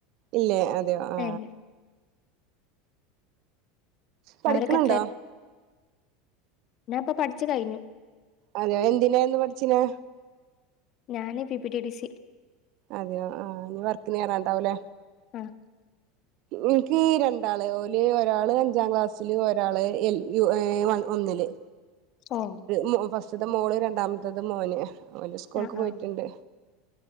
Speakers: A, on the right; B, on the left.
A: ഇല്ലേ അതെയോ ആ
B: ഏല്ല
A: പഠിക്കിണിണ്ടോ
B: അവരൊക്കെ ഞാപ്പ പഠ്ച്ച കൈഞ്ഞു
A: അതെ എന്തിനായ്ന്നു പഠ്ച്ചിനെ
B: ഞാന് P P T T C
A: അതെയോ ആഹ് ഇനി വർക്ന് കേറാണ്ടാവ്ലേ
B: ആഹ്
A: ഇൻക്കീ രണ്ടാള് ഓല് ഒരാള് അഞ്ചാങ്ക്ളാസ്സില് ഒരാള് എൽ യു ഏഹ് വ ഒന്നില്
B: ഏഹ്
A: മു ഫസ്റ്റിത്തെ മോള് രണ്ടാമത്തത് മോന് ഓല്സ്കൂൾക്ക്
B: ആ
A: പോയ്ട്ടിണ്ട്
B: ആ